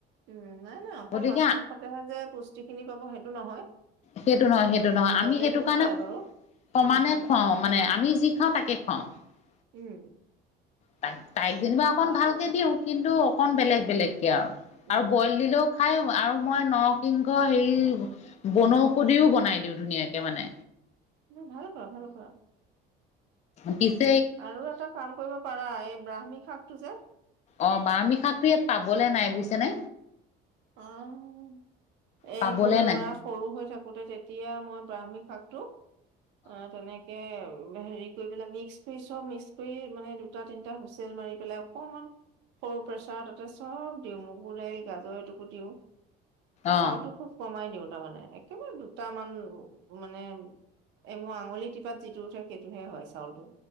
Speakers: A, on the right (about 65°); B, on the left (about 35°).
A: উম! নাই, নাই। অকল
B: গতিকে
A: মাছ মাংসতেহে যে, পুষ্টিখিনি পাব সেইটো নহয়।
B: সেইটো নহয়, সেইটো নহয়।
A: অ',
B: আমি
A: বেলেগতো
B: সেইটো কাৰণে,
A: পায় বাৰু
B: সমানে
A: উম,
B: খুৱাওঁ মানে, আমি যি খাওঁ তাকে। <unintelligible>
A: উম!
B: তাইক, তাইক, যেনিবা অকণ
A: পৰাপক্ষে
B: ভালকে দিওঁ। কিন্তু, অকণ বেলেগ,
A: সেইটোৱে
B: বেলেগকে আৰু
A: অ',
B: আৰু বইল দিলেওঁ খায় আৰু মই নৰসিংহ হেৰি বনৌ ঔষদেও বনাই দিওঁ ধুনীয়াকে মানে।
A: তুমি ভাল পোৱা, ভাল পোৱা?
B: পিছ
A: আৰু এটা কাম কৰিব পাৰা, এই ব্ৰাক্ষ্মী শাকটো যে
B: অ'! ব্ৰাহ্মী শাকটো, ইয়াত পাবলে নাই বুজিছে নে।
A: অ'! এই
B: পাবলে
A: মোৰ লৰা
B: নাই
A: সৰু হৈ থাকোঁ থাকোঁতে তেতিয়া, মই ব্ৰাক্ষ্মী শাকটো অ'! তেনেকে হেৰি কৰি পেলাই, মিক্স কৰি চব মিক্স কৰি মানে, দুটা, তিনটা হুইছেল মাৰি পেলাই অকমান সৰু প্ৰেছাৰ তাতে চব দিওঁ। মগু দাইল, গাজৰ, এইটো এইটো দিওঁ।
B: অ
A: চাউলটো খুব কমাই দিওঁ। তাৰমানে, একেবাৰে দুটামান মানে। এ, মোৰ আঙুলি টিপাত যিটো উঠে, সেইটোহে হয় চাউলটো।